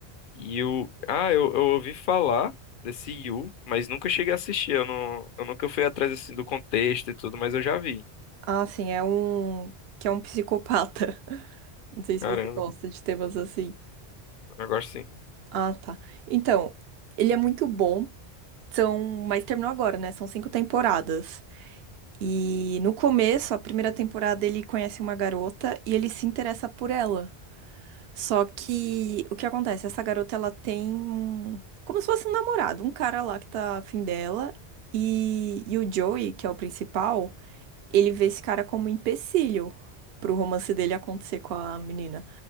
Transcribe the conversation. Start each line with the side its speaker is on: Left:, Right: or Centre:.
Left: E o. Ah, eu, eu ouvi falar desse Yu, mas nunca cheguei a assistir. Eu, não, eu nunca fui atrás assim, do contexto e tudo, mas eu já vi.
Right: Ah, sim, é um que é um psicopata. <laughs> Não sei se
Left: Caramba,
Right: você gosta de temas assim.
Left: eu gosto sim.
Right: Ah, tá. Então, ele é muito bom. São, mas terminou agora, né? São cinco temporadas. E no começo, a primeira temporada, ele conhece uma garota e ele se interessa por ela. Só que o que acontece? Essa garota ela tem um- como se fosse um namorado, um cara lá que tá afim dela. E, e o Joey, que é o principal, ele vê esse cara como um empecilho pro romance dele acontecer com a menina.